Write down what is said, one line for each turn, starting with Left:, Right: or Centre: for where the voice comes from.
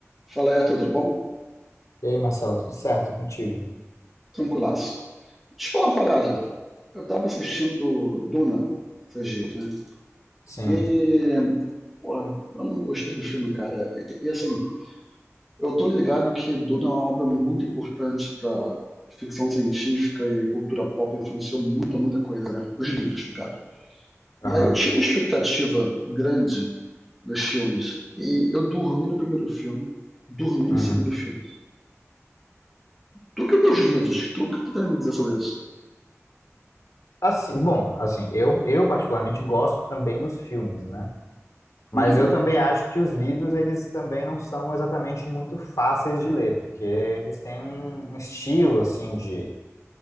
Centre: Fala, Arthur, tudo bom?
Left: E aí, Marcelo, tudo certo contigo?
Centre: Tranquilaço. Deixa eu falar uma parada. Eu tava assistindo Duna esses dias, né?
Left: Sim.
Centre: E, pô, eu não gostei do filme, cara. E, e, assim, eu tô ligado que Duna é uma obra muito importante pra ficção científica e cultura pop, influenciou muita, muita coisa, né? Os livros, no caso. E
Left: Aham.
Centre: aí eu tinha uma expectativa grande dos filmes. E eu dormi no primeiro filme, dormi no
Left: Uhum.
Centre: segundo filme. Tu que tem os livros, tu que tu tem a me dizer sobre isso?
Left: Assim, bom, assim, eu, eu particularmente gosto também dos filmes, né? Mas
Centre: Uhum,
Left: eu também acho que os livros, eles também não são exatamente muito fáceis de ler, porque eles têm um, um estilo, assim, de,